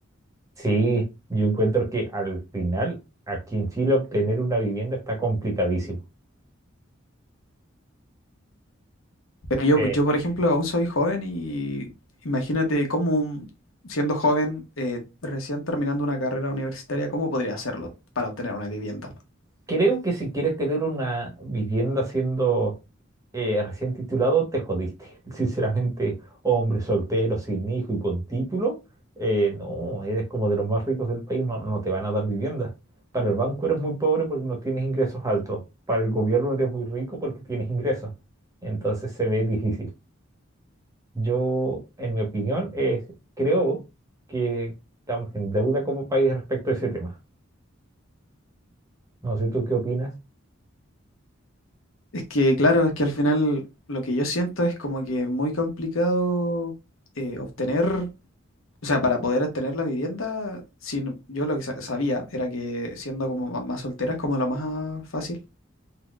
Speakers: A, on the right; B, on the left.
A: Sí, yo encuentro que al final aquí en Chile obtener una vivienda está complicadísimo.
B: Pero yo,
A: Eh,
B: yo, por ejemplo, aún soy joven y imagínate cómo, un- siendo joven, eh, recién terminando una carrera universitaria, ¿cómo podría hacerlo para obtener una vivienda?
A: creo que si quieres tener una vivienda siendo eh, recién titulado, te jodiste. <laughs> Sinceramente, hombre soltero, sin hijo y con título, eh, no, eres como de los más ricos del país, no, no te van a dar vivienda. Para el banco eres muy pobre porque no tienes ingresos altos. Para el gobierno eres muy rico porque tienes ingresos. Entonces se ve difícil. Yo, en mi opinión, es, creo que estamos en deuda como país respecto a ese tema. No sé tú qué opinas.
B: Es que, claro, es que al final lo que yo siento es como que muy complicado eh, obtener O sea, para poder tener la vivienda, sin, yo lo que sa- sabía era que siendo como ma- más soltera es como lo más fácil,